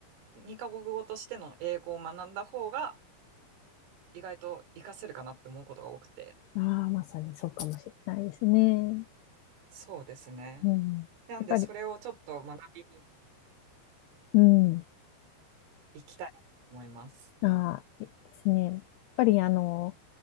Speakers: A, on the right; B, on the left.
A: 二カ国語としての英語を学んだ方が、意外と活かせるかなって思うことが多くて。
B: ああ、まさにそうかもしれないですね。
A: そうですね。
B: うん。
A: なんで、
B: やっぱり、
A: それをちょっと学びに
B: うん。
A: 行きたいと思います。
B: あー、ですね。やっぱりあの、